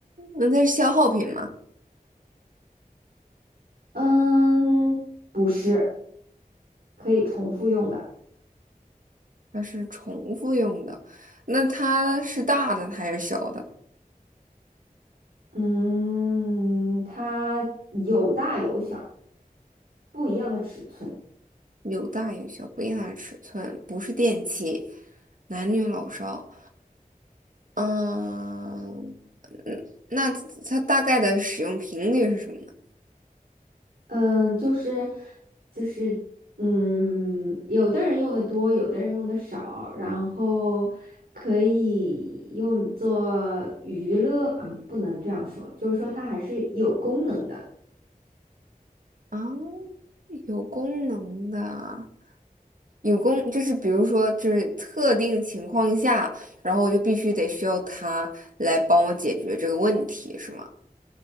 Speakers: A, on the right; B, on the right.
A: 那它是消耗品吗？
B: 嗯，不是，可以重复用的，
A: 它是重复用的，那它是大的还是小的？
B: 嗯，它有大有小，不一样的尺寸。
A: 有大有小，不一样的尺寸，不是电器，男女老少。嗯嗯，那它它大概的使用频率是什么呢？
B: 嗯，就是就是，嗯，有的人用的多，有的人用的少，然后可以用作娱乐，嗯，不能这样说，就是说它还是有功能的。
A: 啊，有功能的，有功就是比如说就是特定情况下，然后我就必须得需要它来帮我解决这个问题，是吗？